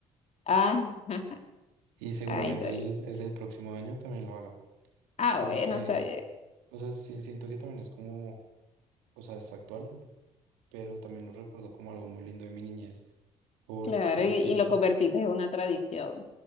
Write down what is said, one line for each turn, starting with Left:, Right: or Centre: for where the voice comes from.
Left: Ah,
Right: <laughs>
Left: <laughs>
Right: y seguramente
Left: Ahí está
Right: el,
Left: bien.
Right: el del próximo año también lo haga,
Left: Ah,
Right: porque,
Left: bueno, está bien.
Right: o sea, sí, siento que también es como o sea, es actual, pero también lo recuerdo como algo muy lindo de mi niñez, porque
Left: Claro, y, y
Right: pues
Left: lo
Right: l-
Left: convertiste en una tradición.